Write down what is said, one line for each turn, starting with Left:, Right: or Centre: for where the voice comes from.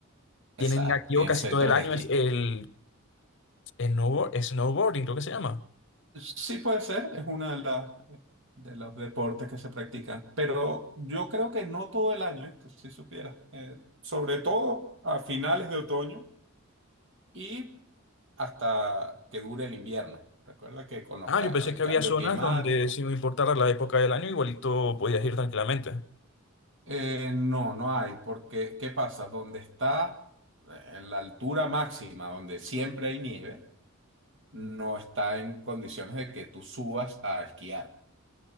Right: exacto.
Left: tienen activo
Right: Tienen
Left: casi
Right: centros
Left: todo el año
Right: de esquí.
Left: es el, el snowboard- snowboarding, creo que se llama.
Right: Sí puede ser, es una de las eh, de los deportes que se practican, pero yo creo que no todo el año, esto si supieras, eh, sobre todo a finales de otoño y hasta que dure el invierno. Recuerda que con los
Left: Ah,
Right: ca-
Left: yo pensé
Right: el
Left: que
Right: cambio
Left: había zonas
Right: climático,
Left: donde si no importara la época del año, igualito podías ir tranquilamente.
Right: eh, no, no hay, porque ¿qué pasa? Donde está eh, en la altura máxima, donde siempre hay nieve, no está en condiciones de que tú subas a esquiar.